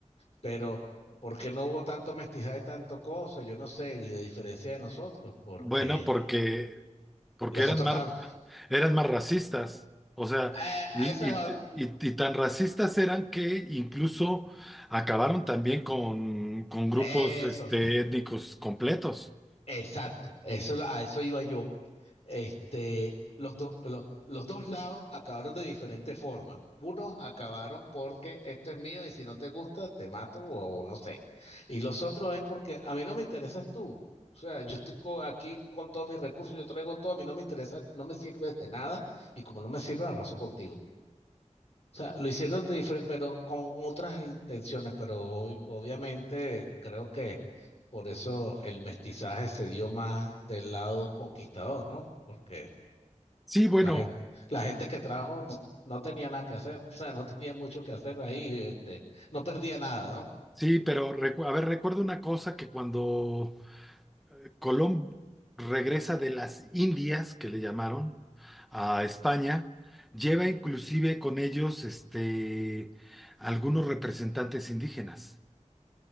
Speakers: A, on the left; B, in the centre.
A: pero ¿por qué no hubo tanto mestizaje, tanto cosa? Yo no sé, y de diferencia de nosotros, porque
B: Bueno, porque, porque
A: los
B: eran
A: otros
B: más,
A: estaban,
B: eran más racistas. O sea,
A: "Eh, a
B: y,
A: esa
B: y-
A: es otra,
B: y- y tan racistas eran que incluso acabaron también con, con grupos
A: eso.
B: este, étnicos completos.
A: Exacto, eso, a eso iba yo. Este, los, do- lo- los dos lados acabaron de diferente forma. Unos acabaron porque esto es mío y si no te gusta, te mato o, o no sé. Y los otros es porque a mí no me interesas tú. O sea, yo estoy co- aquí con todos mis recursos, yo traigo todo, a mí no me interesa, no me sirves de nada y como no me sirves, arraso contigo. O sea, lo hicieron de diferente, pero con otras intenciones, pero ob- obviamente creo que por eso el mestizaje se dio más del lado conquistador, ¿no? Porque
B: Sí, bueno,
A: la gente, la gente que trajo pues, no tenía nada que hacer, o sea, no tenía mucho que hacer ahí, este, no perdía nada, ¿no?
B: sí, pero recu- a ver, recuerdo una cosa que cuando Colón regresa de las Indias, que le llamaron, a España, lleva inclusive con ellos este, algunos representantes indígenas.